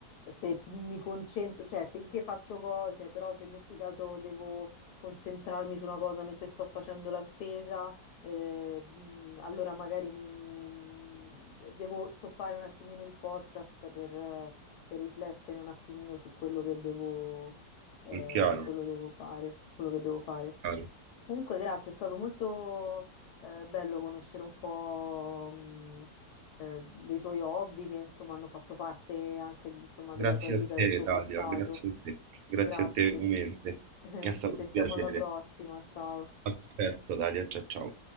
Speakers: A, on the left (about 75°); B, on the right (about 70°).
A: se mi concentro, cioè finché faccio cose, però se metti caso devo concentrarmi su una cosa mentre sto facendo la spesa, eh, mh, allora magari mi mh, devo stoppare un attimino il podcast per per riflettere un attimino su quello che devo, eh,
B: è chiaro,
A: su quello devo fare, quello che devo fare.
B: chiaro.
A: Comunque, grazie, è stato molto, eh, bello conoscere un po', mh, eh, dei tuoi hobby che, insomma, hanno fatto parte anche, insomma,
B: Grazie
A: della tua vita,
B: a te,
A: del tuo
B: Dalia,
A: passato.
B: grazie a te, grazie
A: Grazie.
B: a te veramente.
A: <laughs>
B: È stato
A: Ci sentiamo
B: un piacere.
A: alla prossima, ciao.
B: A presto, Dalia, ciao ciao.